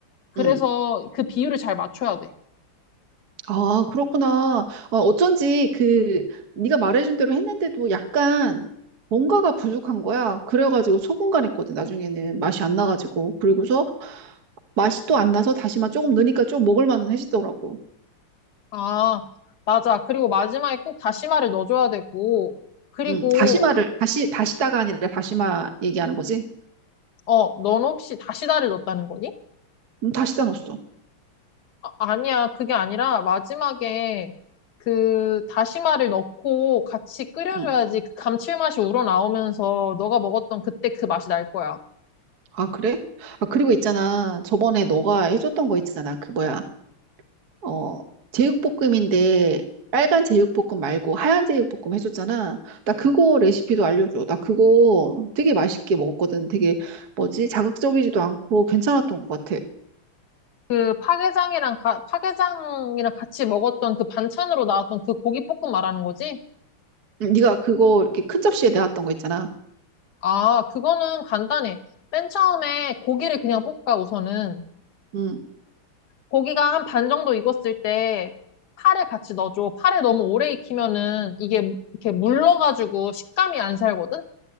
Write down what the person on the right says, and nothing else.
응.
아, 그렇구나. 어, 어쩐지 그 네가 말해준 대로 했는데도 약간 뭔가가 부족한 거야. 그래가지고 소금간했거든. 나중에는 맛이 안 나가지고 그리고서 맛이 또 안 나서 다시마 조금 넣으니까 좀 먹을 만은 해지더라고.
응, 다시마를 다시 다시다가 아니라 다시마 얘기하는 거지?
응, 다시다 넣었어.
응.
아, 그래? 아, 그리고 있잖아. 저번에 너가 해줬던 거 있잖아. 그 뭐야? 어, 제육볶음인데 빨간 제육볶음 말고 하얀 제육볶음 해줬잖아. 나 그거 레시피도 알려줘. 나 그거 되게 맛있게 먹었거든. 되게 뭐지? 자극적이지도 않고 괜찮았던 것 같아.
응, 네가 그거 이렇게 큰 접시에 내놨던 거 있잖아.
응,